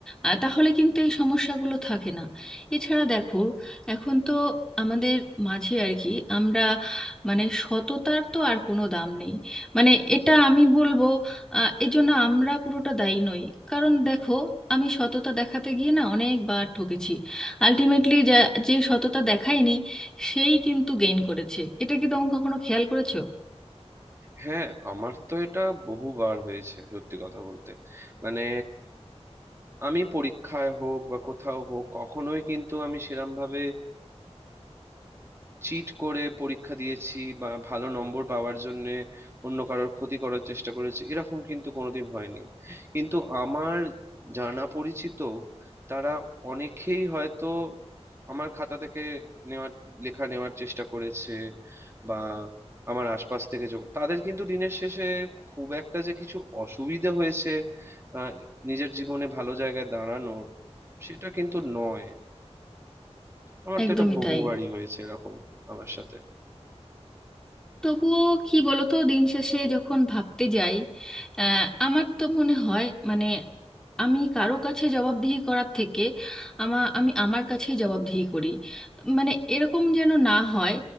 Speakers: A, in the centre; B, on the right (about 25°).
A: আহ, তাহলে কিন্তু এই সমস্যাগুলো থাকে না এছাড়া দেখো এখন তো আমাদের মাঝে আর কি আমরা মানে সততার তো আর কোনো দাম নেই মানে এটা আমি বলবো আহ, এজন্য আমরা পুরোটা দায়ী নই কারণ দেখো আমি সততা দেখাতে গিয়ে না অনেকবার ঠকেছি আলটিমেটলি যা যে সততা দেখায়নি সেই কিন্তু গেইন করেছে এটা কি তোমরা কখনো খেয়াল করেছো
B: হ্যাঁ আমার তো এটা বহুবার হয়েছে সত্যি কথা বলতে মানে আমি পরীক্ষায় হোক বা কোথাও হোক কখনোই কিন্তু আমি সেরম ভাবে চিট করে পরীক্ষা দিয়েছি বা ভালো নম্বর পাওয়ার জন্য অন্য কারোর ক্ষতি করার চেষ্টা করেছি এরকম কিন্তু কোনোদিন হয়নি কিন্তু আমার জানা পরিচিত তারা অনেকেই হয়তো আমার খাতা থেকে নেওয়ার লেখা নেওয়ার চেষ্টা করেছে বা আমার আশপাশ থেকে যোগ তাদের কিন্তু দিনের শেষে খুব একটা যে কিছু অসুবিধা হয়েছে আহ, নিজের জীবনে ভালো জায়গায় দাঁড়ানোর সেটা কিন্তু নয় আমার তো
A: একদমই
B: এটা বহুবারই
A: তাই
B: হয়েছে এরকম আমার সাথে
A: তবুও কি বলতো দিন শেষে যখন ভাবতে যাই আহ, আমার তো মনে হয় মানে আমি কারো কাছে জবাবদিহি করার থেকে আমা আমি আমার কাছেই জবাবদিহি করি মানে এরকম যেন না হয়